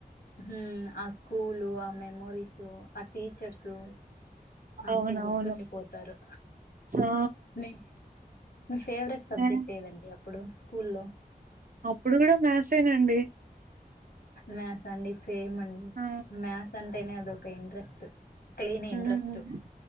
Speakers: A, on the left; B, on the right.
A: హ్మ్ ఆ స్కూలు ఆ మెమోరీసు ఆ టీచర్సు అంతే
B: అవునవును.
A: గుర్తుండిపోతారు
B: ఆ!
A: నీ మీ ఫేవరెట్ సబ్జెక్ట్
B: నే
A: ఏదండి అప్పుడు కూల్ లో
B: అప్పుడు కూడా మ్యాసేనండి
A: నా సండిస్ పేమన్
B: ఆ!
A: మ్యాసన్ టేనే అదొక ఇంట్రెస్ట్ తేని
B: హ్మ్.
A: ఇంట్రస్ట్